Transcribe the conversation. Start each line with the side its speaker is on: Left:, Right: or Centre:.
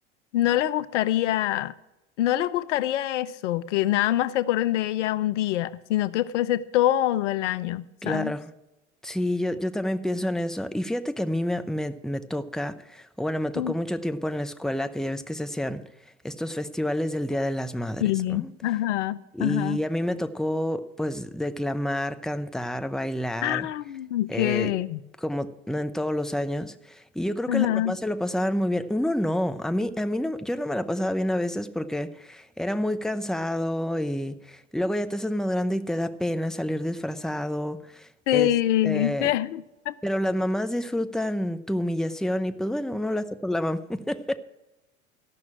Left: no les gustaría, no les gustaría eso, que nada más se acuerden de ella un día, sino que fuese todo el año, ¿sabes?
Centre: Claro, sí, yo, yo también pienso en eso. Y fíjate que a mí me, me- me toca, o bueno, me tocó
Left: Mm,
Centre: mucho tiempo en la escuela, que ya ves que se hacían estos festivales del Día de las Madres,
Left: Sí.
Centre: ¿no?
Left: Ajá,
Centre: Y
Left: ajá.
Centre: a mí me tocó pues declamar, cantar, bailar,
Left: Ah, ok.
Centre: eh, como en todos los años. Y yo creo
Left: Ajá.
Centre: que las mamás se lo pasaban muy bien. Uno no, a mí, a mí no, yo no me la pasaba bien a veces porque era muy cansado y luego ya te haces más grande y te da pena salir disfrazado.
Left: Sí,
Centre: Este,
Left: sí, <laughs>
Centre: pero las mamás disfrutan tu humillación y pues bueno, uno lo hace por la mamá. <laughs>